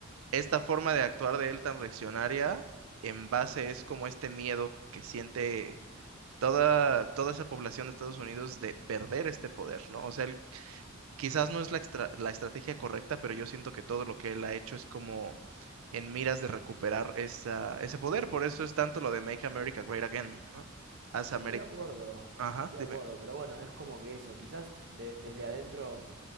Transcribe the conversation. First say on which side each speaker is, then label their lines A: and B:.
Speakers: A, on the right (about 85°); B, on the right (about 60°).
A: esta forma de actuar de él tan reaccionaria, en base es como este miedo que siente toda, toda esa población de Estados Unidos de perder este poder, ¿no? O sea, él quizás no es la, extra- la estrategia correcta, pero yo siento que todo lo que él ha hecho es como en miras de recuperar esa, ese poder.
B: Sí.
A: Por eso es tanto lo de Make America Great Again, ¿no? Haz
B: Estoy
A: Ameri-
B: de acuerdo,
A: Ajá,
B: estoy
A: dime.
B: de acuerdo, pero bueno, es como que eso, quizás de- desde adentro,